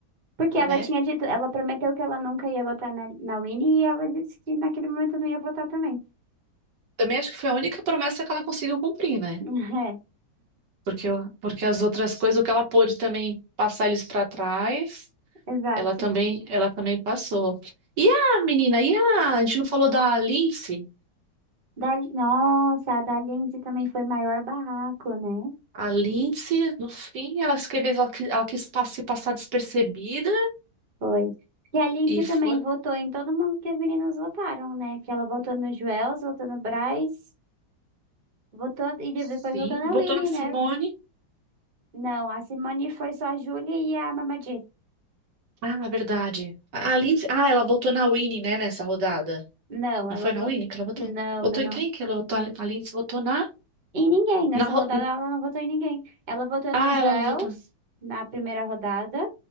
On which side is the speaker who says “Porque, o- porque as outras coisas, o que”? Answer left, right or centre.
Right